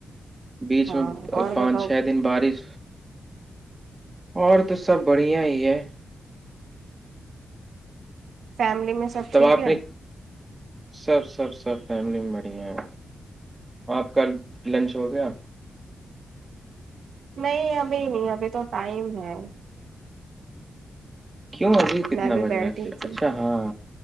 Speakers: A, on the right; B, on the right.
A: بیچ
B: ہاں
A: میں
B: اور
A: پانچ
B: بتاؤ
A: چھ دن بارش اور تو سب بڑھیا ہی ہے
B: فیملی میں سب
A: تب
B: ٹھیک
A: آپ
B: ہے
A: نے سب سب سب فیملی میں بڑی ہیں آپ کل لنچ ہو گیا
B: نہیں ابھی نہیں ابھی تو ٹائم ہے
A: کیوں ابھی کتنا
B: میں بھی
A: بج
B: بیٹھی
A: رہا ہے اچھا
B: تھی
A: اچھا ہاں